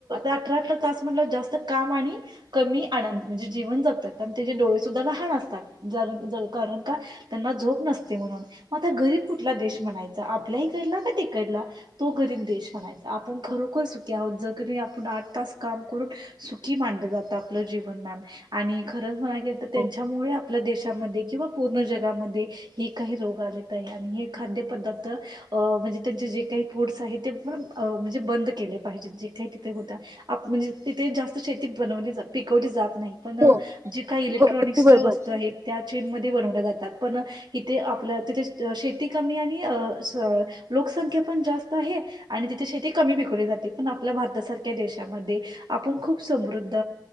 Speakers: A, on the right; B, on the right.
A: अठरा अठरा तास म्हणलं जास्त काम आणि कमी आनंद म्हणजे जीवन जगतात. अन त्यांचे डोळे सुद्धा लहान असतात. जरा जात कारण का त्यांना झोप नसते म्हणून मग आता गरीब कुठला देश म्हणायचा आपल्या इकडला की तिकडला तो गरीब देश म्हणायचा. आपण खरोखर सुखी आहोत जे की आपण आठ तास काम करून सुखी मानलं जातं आपलं जीवन मॅम आणि खरंच म्हणा त्यांच्यामुळे
B: हो
A: आपल्या देशामध्ये किंवा पूर्ण जगामध्ये हे काही रोग आलेत आहे आणि हे खाद्य पदार्थ अ म्हणजे त्यांचे जे काही फूड्स आहे ते पण म्हणजे बंद केले पाहिजे जे काही तिथे होता आप म्हणजे तिथे जास्त शेती बनवली जात पिकवली जात. नाही पण
B: हो
A: जे काही इलेक्ट्रॉनिक्सच्या
B: अगदी बरोबर
A: वस्तू आहेत त्या चीन मध बनवल्या जातात पण इथे आपलं तिथे शेती कमी आणि अं लोकसंख्या पण जास्त आहे आणि तिथे शेती कमी पिकवली जाते. पण आपल्या भारतासारख्या देशामध्ये आपण खूप समृद्ध